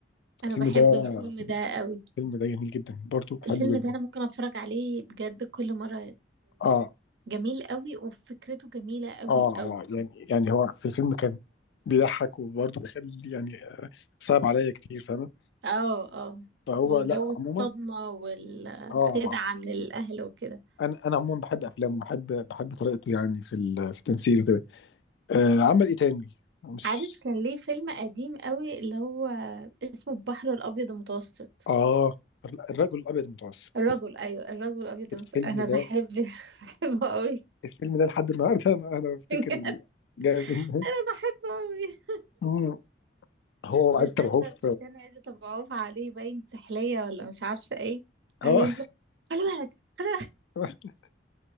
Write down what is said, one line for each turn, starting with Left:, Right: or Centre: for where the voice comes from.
Right: انا
Left: الفيلم
Right: بحب
Left: ده
Right: الفيلم ده قوي
Left: الفيلم ده جميل جدا برضو بحبه
Right: الفيلم
Left: جدا
Right: ده انا ممكن اتفرج عليه بجد كل مرة
Left: اه
Right: وجميل قوي وفكرته جميلة قوي
Left: اه اه
Right: قوي
Left: يعني يعني هو في الفيلم كان بيضحك وبرضه بيخلي يعني آه، صعب عليا كتير فاهمه
Right: اه اه
Left: فهو
Right: وجو
Left: لا
Right: الصدمة
Left: عموما
Right: والخدعة
Left: اه
Right: من الاهل وكده
Left: انا انا عموما بحب افلامه بحب بحب طريقته يعني في ال- في التمثيل وكده آه عمل ايه تاني مش
Right: عارف كان ليه فيلم قديم قوي اللي هو اسمه البحر الابيض المتوسط
Left: اه الرجل الابيض المتوسط
Right: الرجل ايوه الرجل الابيض
Left: الفيلم
Right: المتوسط انا
Left: ده
Right: بحب <laughs> بحبه قوي
Left: الفيلم ده لحد النهارده انا انا بفتكر
Right: <laughs>
Left: ال- جاي منه
Right: انا بحبه قوي
Left: مم. هو وعد
Right: بالذات
Left: تبعوه في
Right: لما كان عايزة ابقى عوف عليه باين سحلية ولا مش عارفة ايه
Left: اه
Right: عايز اقول له خلي بالك خلي
Left: اه